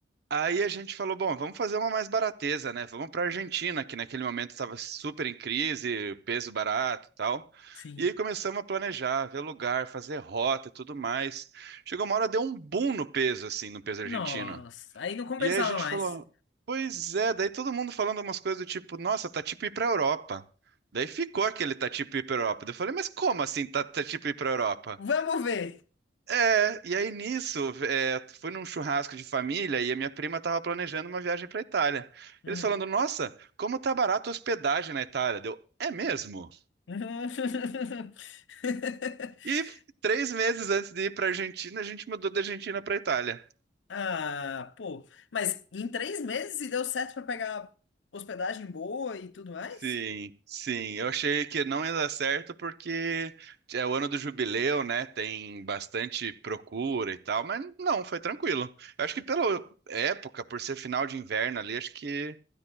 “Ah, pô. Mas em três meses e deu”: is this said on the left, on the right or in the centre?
Left